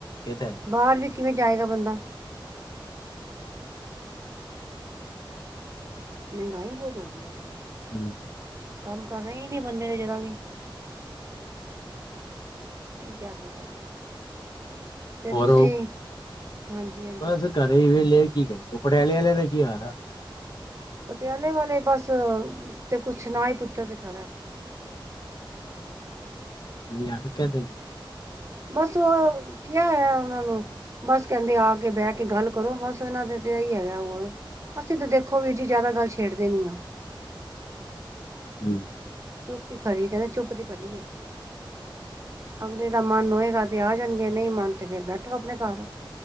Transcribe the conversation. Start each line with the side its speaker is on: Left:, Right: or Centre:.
Left: ਇਹ ਤਾਂ ਹੈ
Right: ਬਾਹਰ ਵੀ ਕਿਵੇਂ ਜਾਏਗਾ ਬੰਦਾ। ਮਹਿੰਗਾਈ ਬਹੁਤ ਹੋ ਗਈ, ਅੱਜ-ਕੱਲ੍ਹ।
Left: <unintelligible>
Right: ਕੰਮ ਕਰ ਰਹੇ ਹੀ ਨਹੀਂ ਬੰਦੇ ਨੇ ਜਰਾ ਵੀ। ਕੀ ਕਹਿ ਸਕਦਾ, ਫੇਰ ਤੁਸੀਂ
Left: ਔਰ ਉਹ
Right: ਹਾਂਜੀ ਹਾਂ।
Left: ਬਸ ਘਰੇ ਹੀ ਵੇਲੇ ਕੀ ਕਰੀਏ, ਪਟਿਆਲੇ ਵਾਲੇ ਦਾ ਕੀ ਹਾਲ ਆ।
Right: ਪਟਿਆਲੇ ਵਾਲੇ ਬਸ ਤੇ ਕੁੱਛ ਨੀ ਹੀ ਪੁੱਛੋ ਤੇ ਫੇਦਾ,
Left: <unintelligible>
Right: ਬਸ ਉਹ ਕੀ ਹੋਇਆ, ਉਹਨਾਂ ਨੂੰ ਬਸ ਕਹਿੰਦੇ ਆ ਕੇ ਬਹਿ ਕੇ ਗੱਲ ਕਰੋ, ਬਸ ਇਹਨਾਂ ਦੇ ਤੇ ਹੀ ਹੈਗਾ ਹੋਣ ਅਸੀਂ ਤਾਂ ਦੇਖੋ ਵੀਰ ਜੀ ਜ਼ਿਆਦਾ ਗੱਲ ਛੇੜਦੇ ਨੀ ਆ।
Left: <unintelligible>
Right: ਚੁੱਪ ਹੀ ਖੜੀ ਹੈ, ਕਹਿੰਦਾ ਚੁੱਪ ਦੀ ਪਲੀਏ, ਅਗਲੇ ਦਾ ਮਨ ਹੋਏਗਾ, ਤੇ ਆ ਜਾਣਗੇ ਨਹੀਂ ਮਨ ਤੇ ਫਿਰ ਬੈਠੋ ਆਪਣੇ ਘਰ।